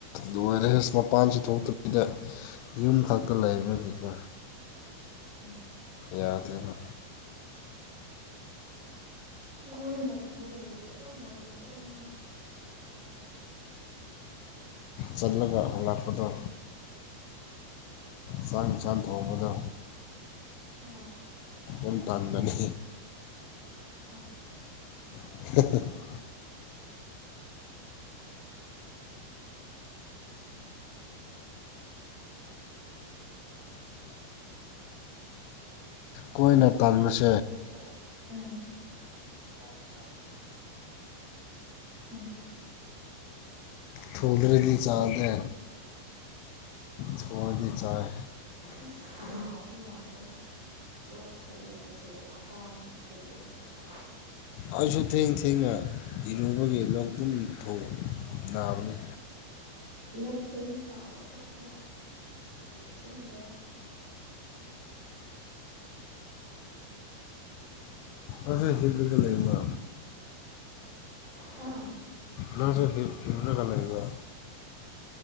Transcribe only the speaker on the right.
ꯎꯝ
ꯅꯪꯗꯤ ꯅꯊꯟꯗ ꯂꯩꯔꯗꯤ ꯑꯗꯨꯝ ꯋꯥꯛꯀꯤꯡ ꯆꯠꯂꯣꯅ
ꯑꯥ
ꯍ
ꯠꯟꯕꯁꯦ ꯎꯝ ꯆꯥꯛ ꯏꯟꯁꯥꯡ ꯊꯣꯡꯕꯅꯦꯕ ꯍꯨꯝ
<inaudible>
ꯑꯁ ꯈꯅꯥꯎꯁꯦ ꯌꯥꯗ꯭ꯔꯦꯗ ꯂꯣꯛ ꯈꯨꯕꯁꯦ ꯍꯥꯛ <unintelligible>
ꯍꯟꯗꯛꯁꯦ ꯃꯤ ꯅꯥꯕ ꯈꯛꯇ ꯆꯦꯛꯁꯤꯟꯖꯧ
ꯍꯥ